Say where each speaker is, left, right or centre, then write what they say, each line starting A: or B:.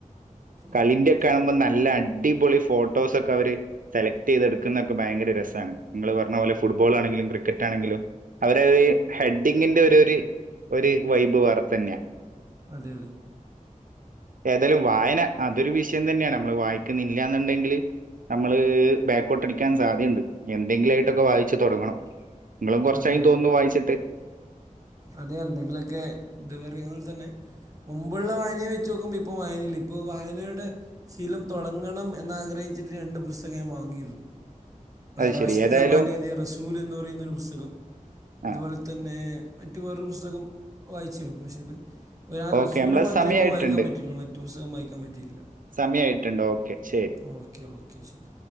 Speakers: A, on the right (about 80°); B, on the right (about 25°).
A: കളിന്റെറെ
B: ഓക്കെ ഓക്കെ
A: ഒക്കെ കാണുമ്പോൾ നല്ല അടിപൊളി ഫോട്ടോസ ഒക്കെ അവര് സെലക്ട് ചെയ്തെടുക്കുന്നതൊക്കെ ഭയങ്കര രസ നിങ്ങള് പറഞ്ഞ പോലെ ഫുട്ബോൾ ആെ ക്രിക്കറ്റ് ആണെങ്കിലോ അവര ഹെഡ്ഡിങ്ങിന്റെ ഒരു ഒരു വൈബ് വേറെത്ത തന്നെയാ
B: അതെ അതെ
A: <unintelligible> ഏതായാലും വായന അതൊരു വിഷയം തന്നെയാണ് നമ്മള് വായിക്കുന്നില്ല എന്നുണ്ടെങ്കില് നമ്മള് കൊട്ടടാൻ സാധ്യയുണ്ട് എന്തെങ്കിലായിട്ടൊക്കെ വായിച്ചച്ച് തുടങ്ങണം
B: തൊടങ്ങണം
A: നിങ്ങളും കൊറച്ചായും
B: അതെ അതെ
A: തോന്നും വായിച്ചിട്ട്
B: അതെ എന്തെങ്കിലുമൊക്കെ ഇത് പറയുന്നൽ തന്നെ മുമ്പുള്ള വായനയെ വെച്ച് നോക്കുമ്പോൾ ഇപ്പൾ വായനല്ല ഇപ്പോ വായനയുടെ ശീലം തുടങ്ങണം എന്നാഗ്രഹിക്ക ച്ചിട്ട് രണ്ട് പുസ്തകം വാങ്ങിയിരുന്നു
A: അത്
B: റാഷിദ്
A: ശരി. ഏതായാലും
B: സബാന എഴുതിയ റസൂൽ എന്ന് പറയുന്നൊരു പുസ്തകം
A: ആ
B: അതുപോലെ തന്നെ മറ്റു വേറൊരു പുസ്തകം വായിച്ചിരുന്നു പക്ഷേ അത് ഒരാ
A: ഓക്കെ.
B: റസൂല്
A: നമ്മളെ
B: മാത്രമേ
A: സമയമായിട്ടുണ്ട്.
B: ഇപ്പം വായിക്കാൻ പറ്റുള്ളൂ മറ്റു പുസ്തകം വായിക്കാൻ പറ്റിയില്ല
A: സമയയിട്ടുണ്ടോ ഓക്കെ ശരി
B: ഓക്കെ ഓക്കെ ഓക്കെ ശരി